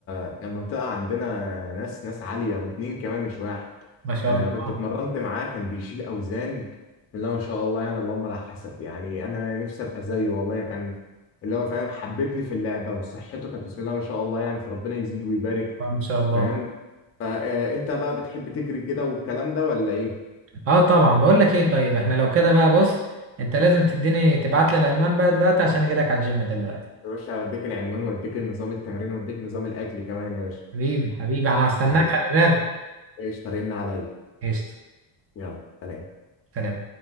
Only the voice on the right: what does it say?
ما شاء
الله
آه، ما شاء الله
اه طبعا بقول لك ايه طيب احنا لو كده بقى بص انت لازم تديني تبعت لي العنوان بقى دلوقتي عشان اجي لك على الجيم دلوقتي
حبيبي حبيبي انا هستناك
خلي بالك
قشطة
سلام